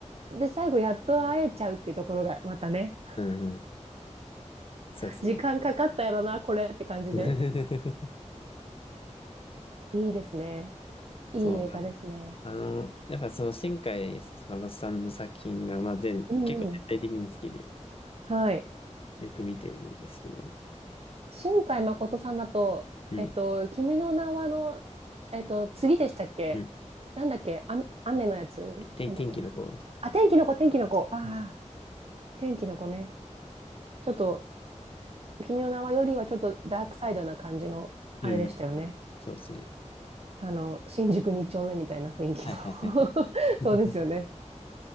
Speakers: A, on the right; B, on the left.
A: で、最後やっと会えちゃうっていうところが、またね、
B: うんうん。そうですね。
A: 時間かかったやろな、これって感じで。
B: <laughs>
A: いいですね。いい映画ですね。
B: そうなん。あの、やっぱその新海誠さんの作品が、まあ全、
A: うんうん。
B: 結構全体的に好きで、
A: はい。
B: よく見てるんですけど。
A: 新海誠さんだと、
B: うん。
A: えっと、君の名はの、えっと、次でしたっけなんだっけあ、
B: うん。
A: 雨のやつなんだっけな。
B: て、天気の子。
A: あ、天気の子、天気の子。ああ、
B: うん。
A: 天気の子ね。ちょっと、君の名はよりはちょっとダークサイドな感じの、あれでしたよね。
B: うん。うんそうですね。
A: あの、新宿二丁目みたいな雰囲気の
B: はいはいはいはい。
A: <laughs>
B: <laughs>
A: そうですよね。